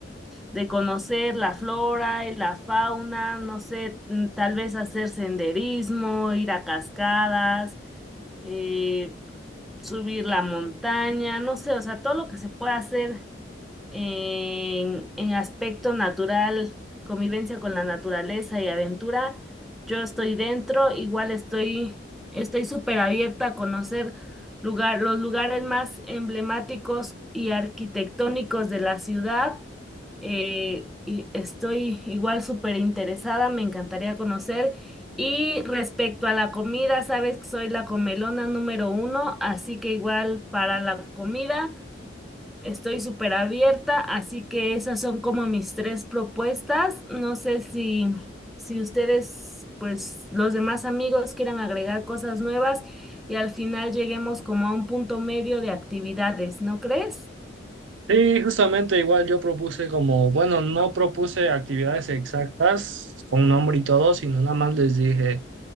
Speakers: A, in the centre; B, on the right.
A: de conocer la flora y la fauna, no sé, mm, tal vez hacer senderismo, ir a cascadas, eh, subir la montaña, no sé, o sea, todo lo que se pueda hacer en, en aspecto natural, convivencia con la naturaleza y aventura, yo estoy dentro, igual estoy, estoy súper abierta a conocer lugar, los lugares más emblemáticos y arquitectónicos de la ciudad. eh, y estoy igual súper interesada, me encantaría conocer. Y respecto a la comida, sabes que soy la comelona número uno, así que igual para la comida. Estoy súper abierta, así que esas son como mis tres propuestas. No sé si, si ustedes, pues los demás amigos quieran agregar cosas nuevas y al final lleguemos como a un punto medio de actividades, ¿no crees?
B: Sí, justamente igual yo propuse como, bueno, no propuse actividades exactas con nombre y todo, sino nada más les dije,